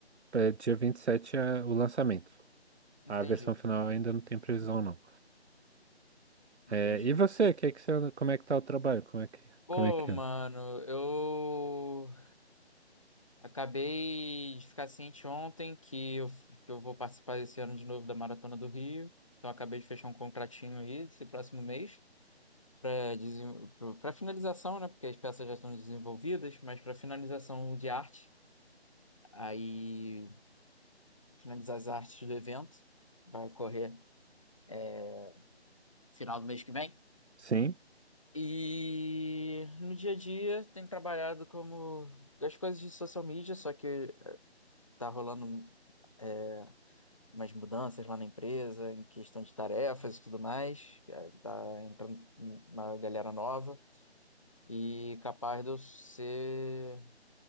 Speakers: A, on the right; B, on the left.
A: É, dia 27 é o lançamento.
B: Entendi.
A: A versão final ainda não tem previsão, não.
B: Entendi.
A: É, e você, que é que você, como é que tá o trabalho? Como é que,
B: Pô,
A: como é que
B: mano,
A: anda?
B: eu acabei de ficar ciente ontem que eu, que eu vou participar esse ano de novo da Maratona do Rio. Então, acabei de fechar um contratinho aí, esse próximo mês, para para finalização, né? Porque as peças já estão desenvolvidas, mas para finalização de arte. aí finalizar as artes do evento, que vai ocorrer é, final do mês que vem.
A: Sim,
B: E no dia a dia tenho trabalhado como as coisas de social media, só que eh, tá rolando é, umas mudanças lá na empresa, em questão de tarefas e tudo mais. É, Tá entrando uma galera nova e capaz de eu ser